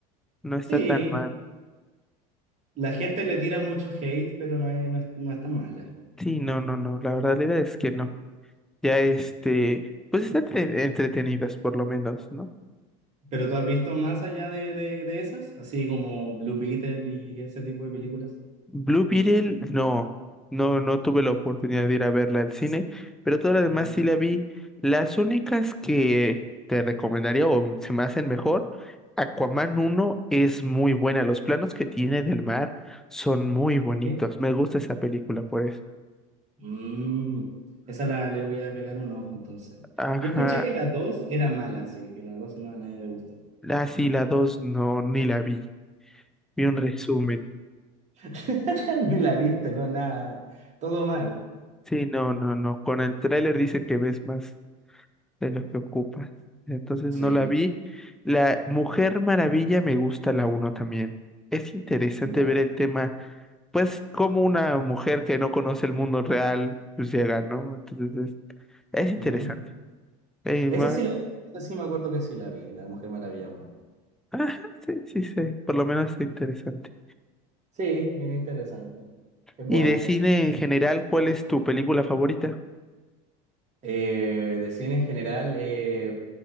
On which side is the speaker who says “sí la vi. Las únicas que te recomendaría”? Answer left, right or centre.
Centre